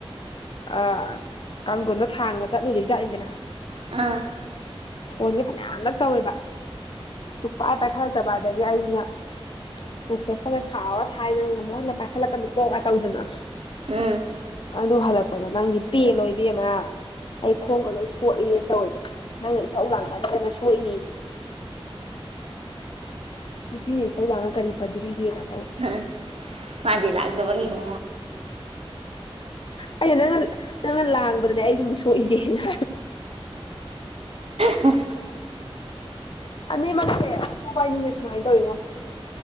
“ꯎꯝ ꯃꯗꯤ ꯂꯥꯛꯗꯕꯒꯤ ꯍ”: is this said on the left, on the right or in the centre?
Right